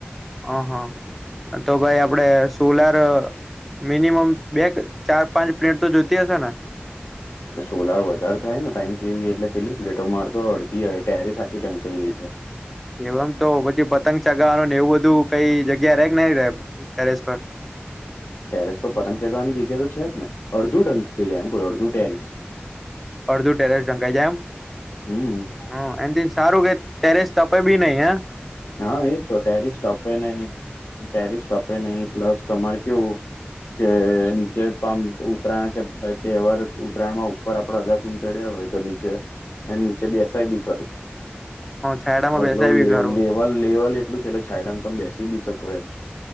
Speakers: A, in the centre; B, on the left.
A: હ હા તો ભાઈ આપડે સોલાર મિનિમમ બે ચાર પાંચ પ્લેન્ટ તો જોતી હશે ને <inaudible>
B: સોલાર વધારે થાય ને ટાઈમ કેવી એટલે કેટલી પ્લેટો માર તો અડધ હોય ટેરસ આખી ઢંકાઈ ગઈ છે
A: એવમ તો પછી પતંગ ચગાવવાનો ને એવું બધું કઈ જગ્યા ર કે ન ટેરેસ પર
B: ટેરસ પર પતંગ ચગાવવાની જગ્યા તો છે જ ને અડધું ઢં જાય એમ કો અડધું ટેરિસ
A: અડધુ ટેરેસ ઢકાઈ જાય એમ
B: હમ
A: હ એથી સારું કે ટેરેસ તપે બી નઈ હ.
B: હા એજ તો ટેરિસ તપે નહીિ ટેરિસ તપે નહિ પ્લસ તમારે કેવું. કે નીચે પામ ઉત્તરાયણ કે તહેવાર ઉત્તરાયણમાં ઉપર. અગાસી માં ચડ્યા હોય તો નીચે એ નીચે બેસાય બી ખરું
A: છાયડામાં
B: હ એટલે
A: બેસાય બી ખરું
B: લેવલ લેવલ એટલું છે એટલે છાયડામાં તમે બેસી બી શકો એમ.